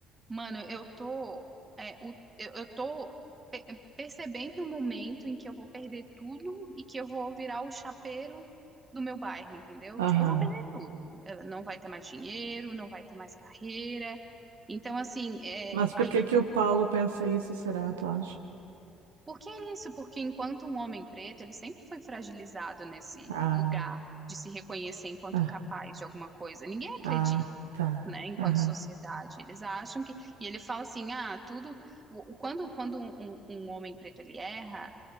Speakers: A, on the right; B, on the right.
A: mano, eu tô, é, o- eu, eu tô pe- percebendo o momento em que eu vou perder tudo e que eu vou virar o chapeiro do meu bairro, entendeu?
B: aham.
A: Tipo, eu vou perder tudo. Eh, Não vai ter mais dinheiro, não vai ter mais carreira. Então, assim, é,
B: Mas por
A: aí
B: que que
A: tu-
B: o Paulo pensa isso, será, tu acha?
A: por que isso? Porque enquanto um homem preto, ele sempre foi fragilizado nesse
B: Ah,
A: lugar de se reconhecer enquanto
B: ah,
A: capaz de alguma coisa. Ninguém acredita,
B: ah, tá.
A: né, enquanto
B: Aham,
A: sociedade. Eles acham que. E ele fala assim: ah, tudo. o- o- Quando, quando um, um um homem preto ele erra,